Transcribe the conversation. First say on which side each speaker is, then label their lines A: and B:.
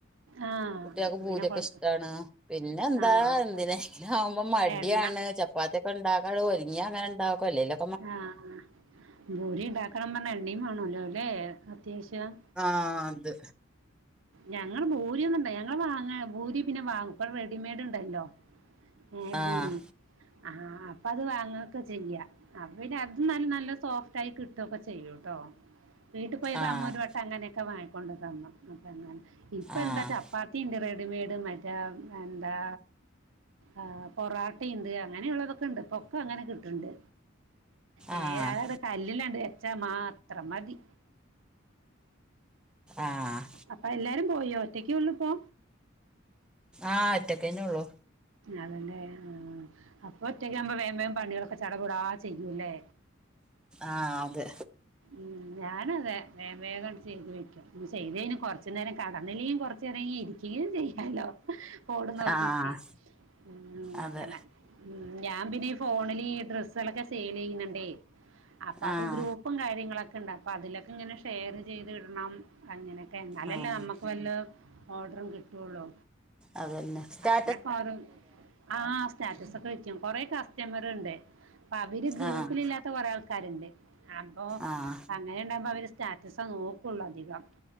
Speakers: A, on the right; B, in the centre.
A: ആ,
B: കുട്ട്യാക്ക്
A: അപ്പൊ
B: പൂരിയൊക്കെ
A: പിന്നെ കുഴപ്പം
B: ഇഷ്ട്ടാണ് പിന്നെന്താ
A: ആ ആ,
B: എന്തിനെകെ
A: കൊഴ-
B: ആവുമ്പോ മടിയാണ്
A: എണ്ണ
B: ചപ്പാത്തിയൊക്കെ ഉണ്ടാകാൻ ഒരുങ്ങിയേ അങ്ങനെ ഉണ്ടാക്കും അല്ലേല്
A: ആഹ് ആഹ് ഭൂരി ഇണ്ടാക്കണം പർണ എണ്ണിംവാണോല്ലെല്ലേ അത്യാവശ്യം
B: ആഹ് അത്
A: ഞങ്ങള് ഭൂരി ഒന്നും ഞങ്ങൾ വാങ്ങാഭൂരി പിന്നെ വാങ്ങുംഇപ്പ റെഡിമേഡ് ഇണ്ടല്ലോ ഹേ
B: ആഹ്
A: ഭൂരി ആഹ് അപ്പൊ അത് വാങ്ങൊക്കെ ചെയ്യാ അപ്പ പിന്ന അത് നല്ല നല്ല സോഫ്റ്റ് ആയി കിട്ടോ ഒക്കെ ചെയ്യൂട്ടോ വീട്ടി പോയപ്പോ
B: ആഹ്
A: അമ്മ ഒരു വട്ടം അങ്ങനെയൊക്കെ വങ്ങിക്കൊണ്ട് തോന്നും അപ്പ അങ്ങനെ ഇപ്പൊ
B: ആഹ്
A: എന്താ ചപ്പാത്തി ഇണ്ട് റെഡിമേഡ് മറ്റേ അ അന്താ ആഹ് പൊറാട്ടയുണ്ട് അങ്ങനെയുള്ളതൊക്കെ ഉണ്ട് പൊക്ക അങ്ങനെ കിട്ടണ്ട് ഏഹ്
B: ആഹ്
A: അതവടക് കല്ലിൽ അണ്ട് വെച്ച മാത്രം മതി
B: ആഹ്
A: അപ്പൊ എല്ലാരും പോയോ ഒറ്റക്കെ ഒള്ളൂപ്പൊ
B: ആഹ് ഒറ്റക്കെന്നെ ഒള്ളു
A: ആണ്ല്ലെ ആഹ് അപ്പൊ ഒറ്റയ്ക്ക് ആവുമ്പോ വേഗം വേഗം പണികളൊക്കെ ചടപടാ ചെയ്യൂല്ലേ
B: ആഹ് അതെ
A: ഉം ഞാന അതെ വേഗ വേഗം ചെയ്ത് വെക്കും ചെയ്ത് കഴിഞ്ഞ കൊറച്ചു നേരം കടന്നിലും കൊറച്ച് പെണങ്ങി ഇരിക്കയും ചെയ്യാലോ ബോഡും നോക്കീറ്റ്
B: ആഹ്
A: ഉം
B: അതെ
A: അങ്ങനെ ഉം ഞാൻ പിന്നെ ഫോണിൽ ഈ ഡ്രസ്സുകളൊക്കെ സെയിലെയ്യുന്നുണ്ടേ അപ്പത്
B: ആഹ്
A: ഗ്രൂപ്പും കാര്യങ്ങളെക്കെ ഇണ്ടാവുംഅപ്പത് ലക്ക ഇങ്ങനെ ഷെയറ് ചെയ്ത് ഇട്ണം അങ്ങനൊക്കെ എന്നാലല്ലേ
B: ആഹ്
A: നമ്മക്ക് വല്ല ഓർഡറും കിട്ടുള്ളു
B: അതന്നെ സ്റ്റാ
A: എന്നാ കൊറും ആഹ് സ്റ്റാറ്റസ് ഒക്കെ വെക്കും കൊറേ കസ്റ്റമർ ഉണ്ടേ അവര് ഗ്രൂപ്പിലില്ലാത്ത
B: ആഹ്
A: കാെറേ ആൾക്കാര്ണ്ട് അപ്പൊ
B: ആഹ്
A: അങ്ങനെ ഉണ്ടാകുമ്പോ അവര് സ്റ്റാറ്റസ നോക്കുള്ളു അധികം